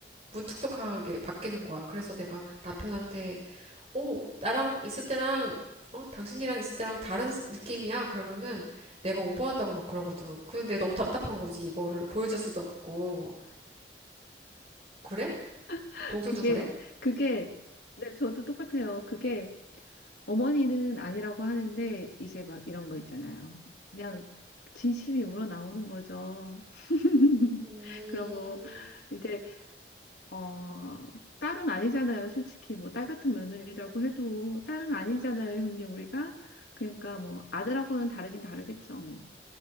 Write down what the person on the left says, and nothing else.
<laughs>
그게,
그게, 네, 저도 똑같아요. 그게 어머니는 아니라고 하는데, 이제 막 이런 거 있잖아요. 그냥 진심이 우러나오는 거죠. <laughs>
그런 거, 이제, 어, 딸은 아니잖아요. 솔직히, 뭐, 딸 같은 며느리라고 해도, 딸은 아니잖아요, 형님, 우리가. 그러니까 뭐, 아들하고는 다르긴 다르겠죠. 뭐.